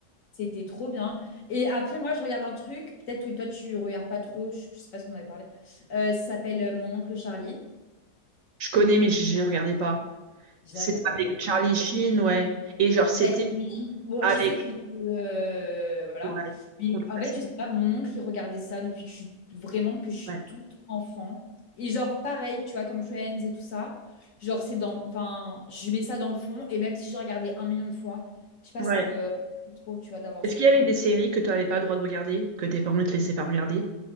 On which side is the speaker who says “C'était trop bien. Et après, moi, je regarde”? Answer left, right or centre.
Left